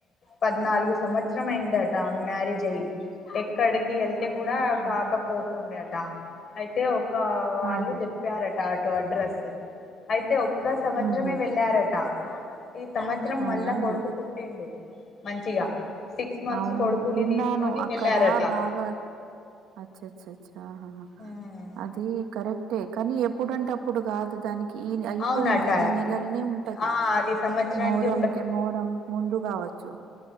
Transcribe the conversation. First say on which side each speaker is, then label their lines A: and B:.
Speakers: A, on the left; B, on the right.
A: పద్నాలుగు సంవత్సరం అయిందట మ్యారేజ్ అయ్యి అక్కడికి వెళ్తే కూడా
B: అవునా
A: కాకపోతుందే అట అయితే ఒక వాళ్ళు
B: ఆహా
A: చెప్ చెప్పారట ఆటో అడ్రస్ అయితే ఒక్క సంవత్సరమే
B: ఉహు
A: వెళ్ళారట ఈ సంవత్సరం
B: అవునా
A: మళ్ళా
B: అండి
A: కొడుకు పుట్టిండు మంచిగా సిక్స్ మంత్స్
B: అవును
A: కొడుకుని
B: విన్నాను
A: తీసుకొని
B: అక్కడ
A: వెళ్ళారట
B: బాగా అచ్చ చ్చచ్చహ
A: ఆ
B: అది కరెక్టే కానీ ఎప్పుడంటే అప్పుడు కాదు దానికి అయిపోయింది
A: అవునట
B: ఈ నెలలనే ఉంటది
A: ఆ అది సంవత్సరానికి
B: మొహరంకి మొహరం ముందు కావచ్చు చ్చో